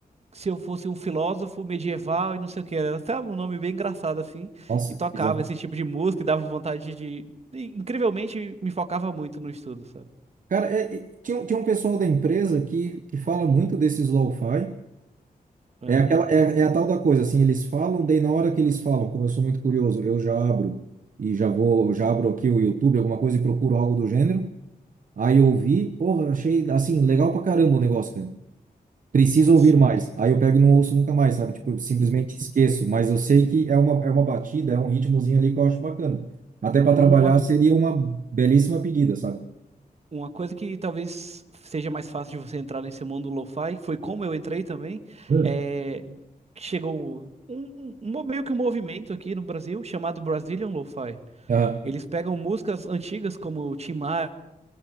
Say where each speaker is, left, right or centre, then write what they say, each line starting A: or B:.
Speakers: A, on the right; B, on the right.
A: se eu fosse um filósofo medieval e não sei o que. Era até um nome bem engraçado assim.
B: Nossa,
A: E tocava
B: bizarro.
A: esse tipo de música e dava vontade de. e, incrivelmente me focava muito no estudo, sabe?
B: Cara, é, é, tinha, um- tinha um pessoal da empresa que, que fala muito desses lo-fi.
A: Aham,
B: É aquela, é, é a tal da coisa, assim, eles falam, daí na hora que eles falam, como eu sou muito curioso, eu já abro e já vou, já abro aqui o YouTube, alguma coisa e procuro algo do gênero. Aí eu ouvi, porra, achei, assim, legal pra caramba o negócio, cara. Preciso
A: sim.
B: ouvir mais. Aí eu pego e não ouço nunca mais, sabe? Tipo, eu simplesmente esqueço, mas eu sei que é uma, é uma batida, é um ritmozinho ali que eu acho bacana. Até pra
A: Uma,
B: trabalhar seria uma belíssima pedida, sabe?
A: uma coisa que talvez seja mais fácil de você entrar nesse mundo lo-fi, foi como eu entrei também,
B: Hum.
A: é, que chegou um, um- um- meio que um movimento aqui no Brasil chamado Brazilian Lo-Fi.
B: Ah,
A: Eles pegam músicas antigas como Tim Maia,